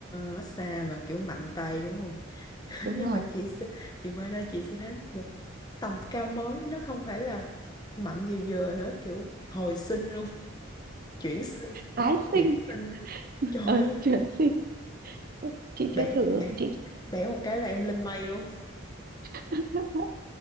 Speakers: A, on the left; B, on the right.
A: massage mà kiểu mạnh tay đúng không? <laughs>
B: đúng
A: Nhưng
B: rồi
A: mà chị sẽ chị qua đây chị sẽ thấy một tầm cao mới nó không phải là mạnh như vừa nữa kiểu hồi sinh luôn <laughs> chuyển sinh
B: tái sinh
A: chuyển sinh
B: <laughs>
A: trời
B: ờ
A: ơi
B: chuyển sinh <laughs> chị chưa
A: bẻ
B: thử
A: bẻ
B: chị
A: bẻ một cái là em lên mây luôn
B: <laughs>